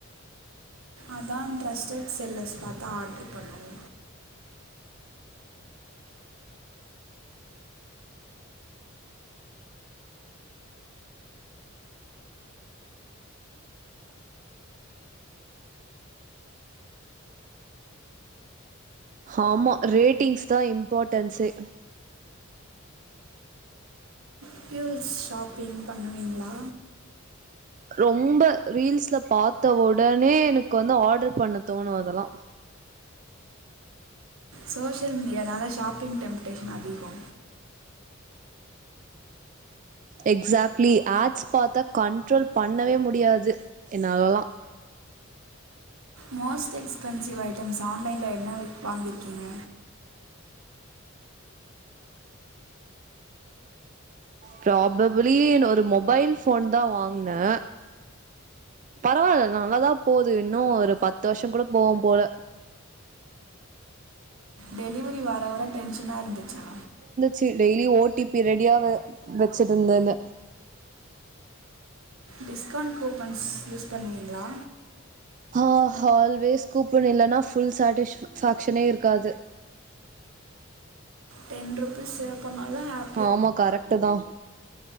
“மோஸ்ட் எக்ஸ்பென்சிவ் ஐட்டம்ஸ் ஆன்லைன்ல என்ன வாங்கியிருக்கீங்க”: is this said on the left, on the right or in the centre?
Right